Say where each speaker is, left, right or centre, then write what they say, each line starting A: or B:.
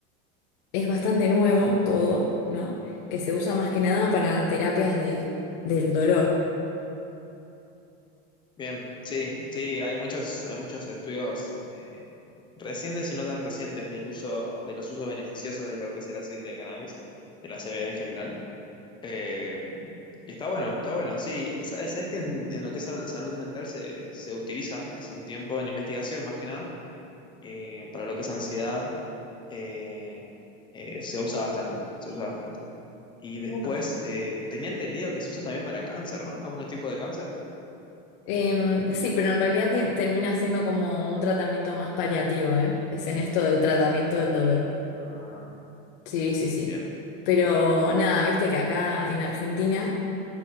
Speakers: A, on the left; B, on the left.
A: es bastante nuevo todo, ¿no? Que se usa más que nada para terapias de, del dolor.
B: Bien, sí, sí, hay muchos, hay muchos estudios eh, recientes y no tan recientes del uso, de los usos beneficiosos de lo que es el aceite de cannabis, de la CBD en general. Eh, y está bueno, está bueno, sí. Sabes, sabes que en, en lo que es la salud mental se, se utiliza hace un tiempo en investigación, más que nada, eh, para lo que es ansiedad, eh, eh, se usa bastante, se usa bastante. Y después,
A: Bueno.
B: eh, tenía entendido que se usa también para cáncer, ¿no? Algunos tipos de cáncer.
A: Em, sí, pero en realidad tien- termina siendo como un tratamiento más paliativo, ¿eh? Es en esto del tratamiento del dolor.
B: Ah,
A: Sí, sí, sí.
B: bien.
A: Pero nada, viste que acá en Argentina